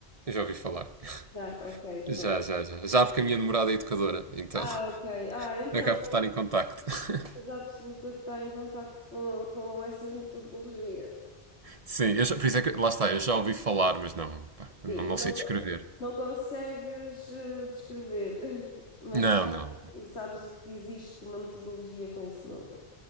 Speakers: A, on the right; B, on the left.
A: eu já ouvi falar. <laughs>
B: Já. Ok,
A: Já,
B: pronto.
A: já, já. Já porque a minha namorada é educadora, então
B: Ah,
A: <laughs>
B: ok. Ah, então,
A: acabo de estar em contacto. <laughs>
B: coisa absoluta que está em contacto com, com essas metodologias.
A: Sim, eu já- por isso é que lá está, eu já ouvi falar, mas não, pá, não,
B: Sim,
A: não
B: não,
A: sei descrever.
B: co- não consegues eh, descrever, <laughs> mas
A: Não, não.
B: sabes, sabes o que existe uma metodologia com esse nome.